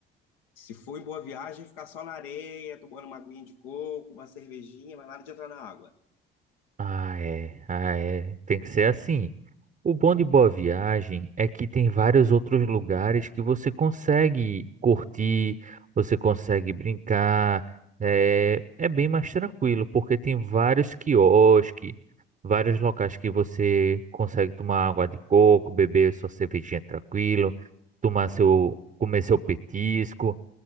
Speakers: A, on the left (about 75°); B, on the right (about 30°).
A: se for em Boa Viagem, ficar só na areia, tomando uma aguinha de coco, uma cervejinha, mas nada de entrar na água.
B: Ah, é. Ah, é. Tem que ser assim. O bom de Boa Viagem é que tem vários outros lugares que você consegue curtir, você consegue brincar. É, é bem mais tranquilo, porque tem vários quiosques, vários locais que você consegue tomar água de coco, beber sua cervejinha tranquilo, tomar seu, comer seu petisco